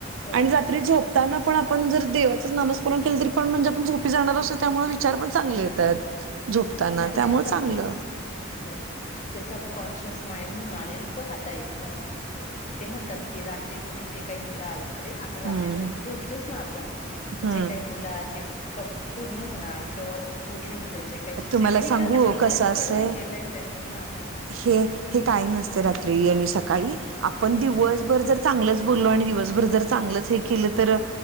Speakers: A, on the left; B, on the right.
A: बरोबर
B: आणि रात्री झोप ताना पण आपण जर देवाचंच नामस्मरण केलं तरी पण म्हणजे आपण झोपी जाणार असो त्यामुळे विचार पण चांगले येतात झोपताना
A: हम्म आता
B: त्यामुं
A: ते सप्स
B: चांगलं
A: बरोबर ते सबकॉन्शियस माइंड म्हणून आलेल बघ आता एक म्हणजे ते म्हणतात की रात्री तुम्ही जे काही बोलाल म्हणजे आता रात्री
B: हम्म
A: नंतर झोपतोच ना आपण
B: हम्म.
A: जे काही बोलाल ते पूर्ण होणार किंवा उठल्यानंतर जे काही
B: तुम्हाला
A: म्हणजे हे
B: सांगू
A: करता आपल्याच
B: कसं असंय
A: कडून केलंय त्यांनी हा हा
B: हे हे काही नसते रात्री आणि सकाळी आपण
A: हम्म
B: दिवस भर जर चांगलच बोललो आणि दिवसभर जर चांगलच हे केलं तर